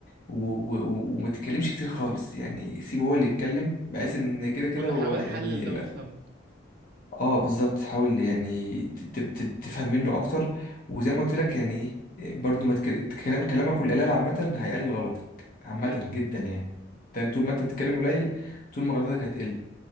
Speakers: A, on the left; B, on the right.
A: و- و- و- وما تتكلمش كتير خالص يعني سيبه هو اللي
B: مم.
A: يتكلم بحيث ان كده كده
B: وانا
A: هو
B: احاول
A: يعني
B: احلل ده وافهمه
A: اه بالظبط حاول يعني ت- ت- ت- تفهم منه اكتر وزي ما قلت لك يعني ايه برضو ما تك- كلام كلامك والقلال عامة هيقلل غلطك عامة
B: حلو
A: جدا يعني فاهم طول ما انت بتتكلم قليل طول ما غلطاتك هتقل